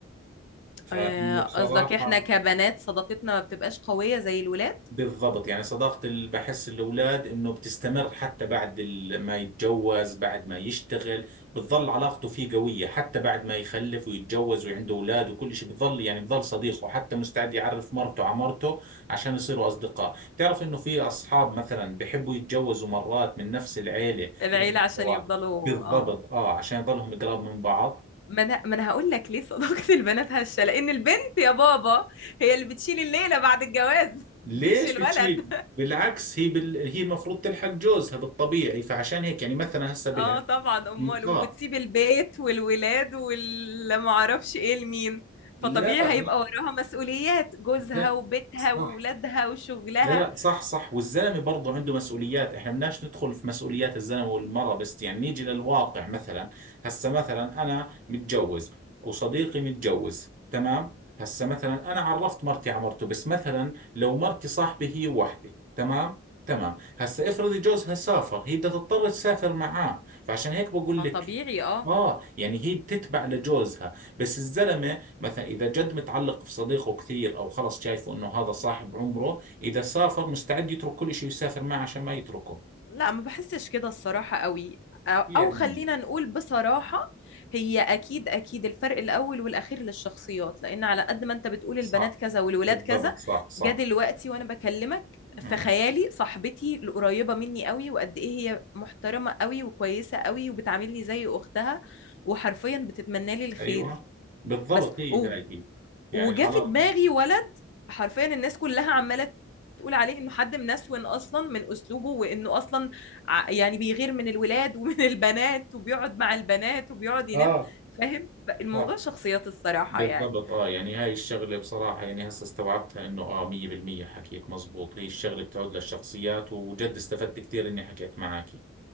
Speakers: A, on the right; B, on the left.
A: فإنه
B: آه، قصدك
A: بصراحة
B: إحنا كبنات صداقتنا ما بتبقاش قوية زي الولاد
A: بالضبط يعني صداقة اللي بحس الأولاد إنه بتستمر حتى بعد ال- ما يتجوز بعد ما يشتغل بتظل علاقته فيه قوية حتى بعد ما يخلف ويتجوز وعنده أولاد وكل شيء بتظل يعني بظل صديقه حتى مستعد يعرف مرته على مرته عشان يصيروا أصدقاء تعرف إنه في أصحاب مثلا بحبوا يتجوزوا مرات من نفس العيلة
B: العيلة
A: ياخذوا
B: عشان
A: الزواج
B: يفضلوا
A: بالضبط
B: اه
A: آه عشان يظلهم قراب من بعض
B: ما انا ما انا هقول لك ليه صداقة البنات هشة لأن البنت يا بابا هي اللي بتشيل الليلة بعد الجواز <laughs>
A: ليش
B: مش الولد
A: بتشيل بالعكس هي بال... هي المفروض تلحق جوزها بالطبيعي فعشان هيك يعني مثلا هسه بنت
B: اه طبعا امال
A: م-
B: وتسيب
A: اه
B: البيت والولاد والمعرفش ايه لمين
A: لا
B: فطبيعي
A: مش
B: هيبقى وراها مسؤوليات جوزها
A: لا
B: وبيتها
A: صح
B: وولادها وشغلها
A: لا لا صح صح والزلمه برضه عنده مسؤوليات احنا بدناش ندخل في مسؤوليات الزلمه والمراه بس يعني نيجي للواقع مثلا هسه مثلا انا متجوز وصديقي متجوز تمام هسه مثلا انا عرفت مرتي على مرته بس مثلا لو مرتي صاحبي هي وحده تمام تمام هسه افرضي جوزها سافر هي بدها تضطر تسافر معاه فعشان هيك بقول
B: ما
A: لك
B: طبيعي اه
A: اه يعني هي بتتبع لجوزها بس الزلمه مثلا اذا جد متعلق في صديقه كثير او خلص شايفه انه هذا صاحب عمره إذا سافر مستعد يترك كل شيء ويسافر معه عشان ما يتركه
B: لا ما بحسش كده الصراحة قوي أو أو
A: يعني
B: خلينا نقول بصراحة هي أكيد أكيد الفرق الأول والأخير للشخصيات لأن على قد ما أنت بتقول
A: صح
B: البنات كذا والولاد
A: بالضبط
B: كذا
A: صح صح
B: جا دلوقتي وأنا بكلمك في
A: امم
B: خيالي صاحبتي القريبة مني قوي وقد إيه هي محترمة قوي وكويسة قوي وبتعاملني زي أختها وحرفيا بتتمنى لي الخير
A: أيوة بالضبط
B: بس
A: هي
B: و-
A: هاي هي يعني
B: وجا
A: العلاقة
B: في دماغي ولد حرفيا الناس كلها عماله تقول عليه انه حد منسون اصلا من اسلوبه وانه اصلا ع- يعني بيغير من الولاد ومن <laughs> البنات وبيقعد مع البنات وبيقعد ينام
A: اه
B: فاهم الموضوع
A: صح
B: شخصيات الصراحه
A: بالضبط
B: يعني
A: اه يعني هاي الشغلة بصراحة يعني هسه استوعبتها انه اه مية بالمية حكيك مزبوط هي الشغلة بتعود للشخصيات وجد استفدت كثير اني حكيت معك